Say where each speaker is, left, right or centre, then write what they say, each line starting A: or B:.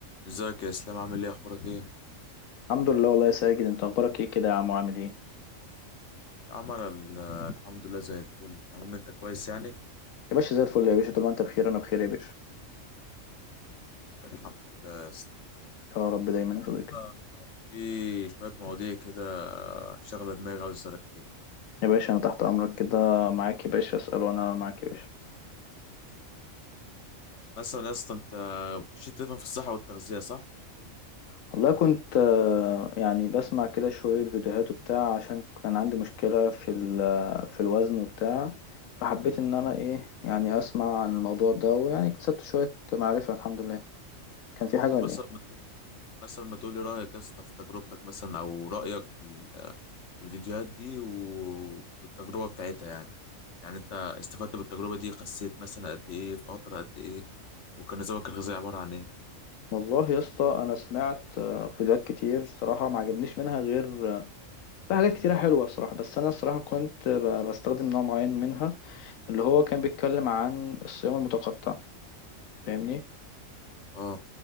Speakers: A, on the left; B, on the left.
A: ازيك يا اسلام عامل ايه اخبارك ايه
B: الحمد لله والله يا ساجد انت اخبارك ايه كده يا عم وعامل ايه
A: يا عم انا ال- الحمد لله زي الفل المهم انت كويس يعني
B: يا باشا زي الفل يا باشا طول ما انت بخير انا بخير يا باشا
A: الحمد لله
B: يا رب دايما يا صديقي
A: آه، في شويه مواضيع كده شغله دماغي عاوز اسالك فيها
B: يا باشا انا تحت امرك كده معاك يا باشا اسال وانا معاك يا باشا
A: مثلا يا اسطى انت مش تفهم في الصحه والتغذيه صح
B: والله كنت آه، يعني بسمع كده شويه فيديوهات وبتاع عشان كان عندي مشكله في ال- آه، في الوزن وبتاع فحبيت ان انا
A: مم.
B: ايه يعني اسمع عن الموضوع ده ويعني اكتسبت شويه معرفه الحمد لله كان في حاجه
A: طب
B: ولا
A: مثلا
B: ايه
A: ما تقول مثلا ما تقولي رايك يا اسطى في تجربتك مثلا او رايك في ال- في الفيديوهات دي و- والتجربه بتاعتها يعني يعني انت استفدت بالتجربه دي خسيت مثلا قد ايه في قطر قد ايه وكان نظامك الغذائي عباره عن ايه
B: والله يا اسطى انا سمعت آه، فيديوهات كتير صراحه ما عجبنيش منها غير في حاجات كتيرة حلوة الصراحة بس أنا الصراحة كنت ب- بستخدم نوع معين منها اللي هو كان بيتكلم عن الصيام المتقطع فاهمني
A: اه